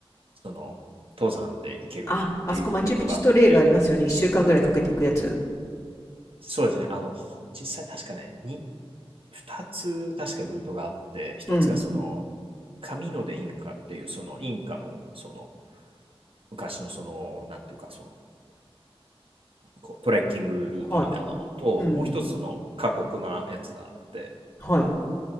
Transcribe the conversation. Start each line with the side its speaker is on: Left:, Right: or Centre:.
Right: その、登山で行けるっていうルートがあって、
Left: あ、あそこマチュピチュとレールありますよね。一週間ぐらいかけていくやつ。
Right: そうですね。あの、実際確かね、に2つ確かルートがあって、1つがその、
Left: うん。
Right: 紙のでインカっていう、そのインカの、その、昔のその、なんていうか、その、こうトレッキングルートみたいなのと、
Left: はい。うん。
Right: もう1つその過酷なやつがあって、
Left: はい。